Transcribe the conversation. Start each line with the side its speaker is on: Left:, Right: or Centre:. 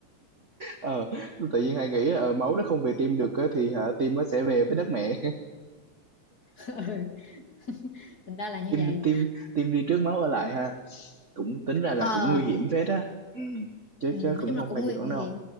Right: Ờ, tự nhiên Hải nghĩ ờ, máu nó không về tim được á, thì hả tim nó sẽ về với đất mẹ
Left: <laughs> Ừ, Thành ra là như
Right: tim
Left: vậy.
Right: tim tim đi trước máu ở lại ha cũng tính ra là
Left: Ờ
Right: cũng nguy hiểm phết á ừ. chứ
Left: Ừ, nói
Right: chứ cũng
Left: chung là
Right: không
Left: cũng
Right: phải
Left: nguy
Right: giỡn
Left: hiểm
Right: đâu